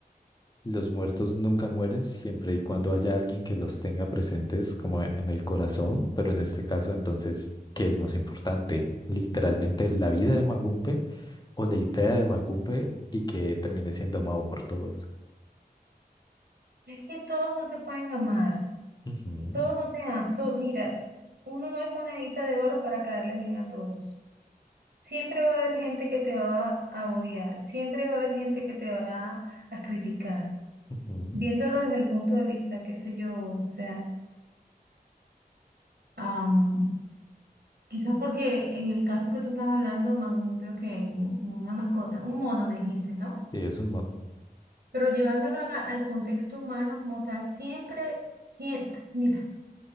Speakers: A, on the left; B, on the right.
A: Los muertos nunca mueren siempre y cuando haya alguien que los tenga presentes como en el corazón, pero en este caso entonces, ¿qué es más importante? ¿Literalmente la vida de Magumpe o la idea de Magumpe y que termine siendo amado por todos?
B: Es que todos no te pueden amar.
A: Ujú,
B: Todos no te aman. to- mira, uno no es monedita de oro para caerles bien a todos. Siempre va a haber gente que te va a odiar. Siempre va a haber gente que te va a criticar.
A: ujú.
B: Viéndolo desde el punto de vista, qué sé yo, o sea, am, quizás porque en el caso que tú estás hablando, Magumpio, que un- una mascota, un mono me dijiste, ¿no?
A: Sí, es un modo.
B: Pero llevándolo a- al contexto humano como tal, siempre, siempre, mira.